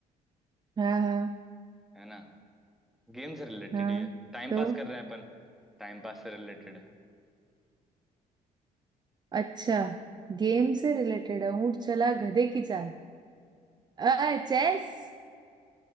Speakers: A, on the right; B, in the centre.
A: हाँ हाँ
B: है ना गेम से रिलेटेड
A: हाँ
B: ही है टाइम
A: तो
B: पास कर रहे हैं अपन टाइम पास से रिलेटेड
A: अच्छा गेम से रिलेटेड है ऊंट चला गधे की चाल आ चेस